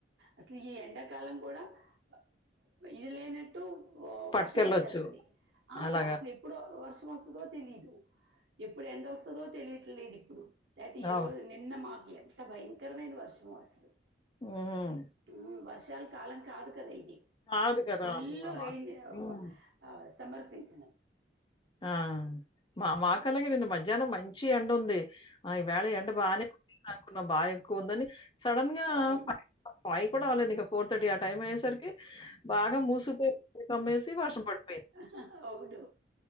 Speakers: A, on the right; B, on the left.
A: అసలు ఈ ఎండాకాలం కూడా అ ఇది లేనట్టు ఓ
B: పట్టుకెళ్ళొచ్చు.
A: వర్షం వచ్చేస్తది ఆ
B: అలాగా.
A: అసలు ఎప్పుడు వర్షం వస్తదో తెలిదు ఎప్పుడు ఎండ వస్తదో తెలియట్లేదిప్పు ఇప్పుడు లేకపోతే ఈ
B: అవును.
A: రోజు నిన్న మాకు ఎంత భయంకరమైన వర్షమో అసలు
B: ఊమ్
A: మ్మ్. వర్షాల కాలం కాదు కదా ఇది
B: కాదు కదా!
A: ఫుల్
B: అప్పుడు మా
A: రైన్
B: మాకు
A: అబ
B: హ్మ్.
A: సమ్మర్ సీసను
B: ఆ మా మాకలాగేనండి మధ్యాహ్నం మంచి ఎండుంది ఆ ఈవేళ ఎండ బానే కొడుతుందనుకున్న బా ఎక్కువ ఉందని సడన్ గా
A: అవును
B: ఫైవ్ ఫైవ్ కూడా అవ్వలేదు ఇంక ఫోర్ థర్టీ ఆ టైమ్ అయ్యేసరికి బాగా మూసుకుపోయి కమ్మేసి వర్షం పడు
A: హా హా అవును